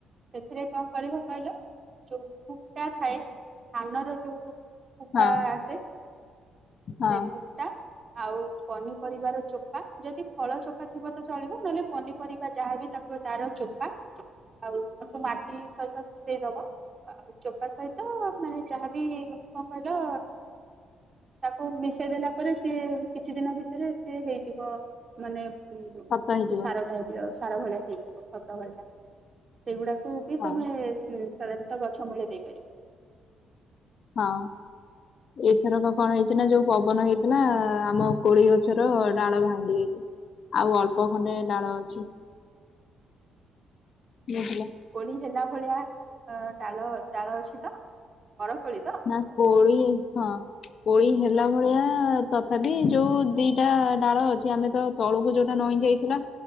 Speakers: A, on the right; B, on the left.
A: ସେଥିରେ କଣ କରିବ କହିଲ ଯୋଉ କୁଟା ଥାଏ ଧାନର ଯୋଉ କୁ କୁଟା
B: ହଁ
A: ଆସ
B: ହଁ
A: ସେ କୁଟା ଆଉ ପନିପରିବାର ଚୋପା ଯଦି ଫଳ ଚୋପା ଥିବ ତ ଚଳିବ ନହେଲେ ପନିପରିବା ବା ଯାହାବି ତାକୁ ତାର ଚୋପା ଆଉ ତାକୁ ମାଟି ସହିତ ମିଶେଇ ଦବ। ଆଉ ଚୋପା ସହିତ ମାନେ ଯାହାବି କଣ କହିଲ ତାକୁ ମିଶେଇ ଦେଲା ପରେ ସିଏ କିଛି ଦିନ ଭିତରେ ସିଏ ହେଇଯିବ ମାନେ ଉଁ
B: ଖତ ହେଇଯିବ
A: ସାର ଟାଇପ ର ସାର ଭଳିଆ ହେଇଯିବ ଖତ ଭଳିଆ। ସେଇଗୁଡାକୁ ବି
B: ହଁ
A: ତମେ ସାଧାରଣତଃ ଗଛ ମୂଳେ ଦେଇପାରିବ।
B: ହଁ ଏଥରକ କଣ ହେଇଛି ନା ଯୋଉ ପବନ ହେଇଥିଲା ଆମ କୋଳି ଗଛର ଡାଳ ଭାଙ୍ଗି ଯାଇଛି। ଆଉ ଅଳ୍ପ ଖଣ୍ଡେ ଡାଳ ଅଛି। ବୁଝିଲ?
A: ପୋଳି ହେଲା ଭଳିଆ ଅ ଡାଳ ଡାଳ ଅଛି ତ ବରପୋଳି ତ
B: ନା କୋଳି ହଁ। କୋଳି ହେଲା ଭଳିଆ ତଥାପି ଯୋଉ ଦିଟା ଡାଳ ଅଛି ଆମେ ତ ତଳୁକୁ ଯୋଉଟା ନଇଁ ଯାଇଥିଲା।